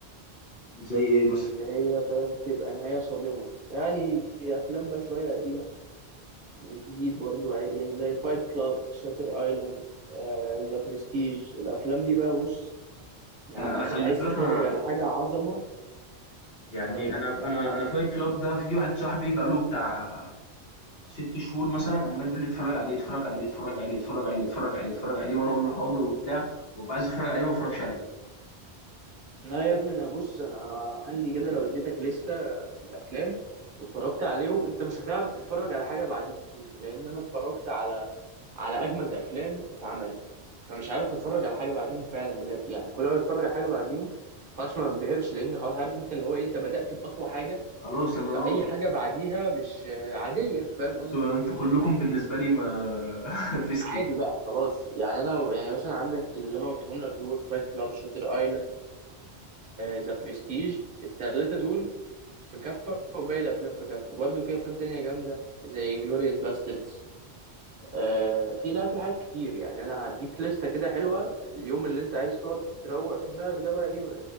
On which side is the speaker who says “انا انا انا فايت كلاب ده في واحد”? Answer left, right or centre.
Left